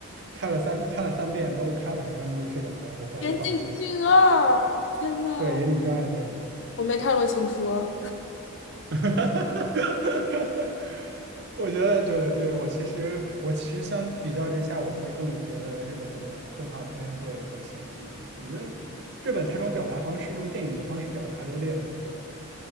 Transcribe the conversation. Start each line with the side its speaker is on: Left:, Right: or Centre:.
Right: 看了三看了三遍，都看了十分钟就睡着了，我后来就放弃了。
Left: 《岩井俊二》，天呐，
Right: 对，岩井俊二的电影。
Left: 我没看过《情书》啊，
Right: <laughs> 我觉得就对我其实我其实相比较之下，我会更觉得日本的动画片会更喜欢一点。我觉得日本它这种表达方式，用电影的方式表达，有点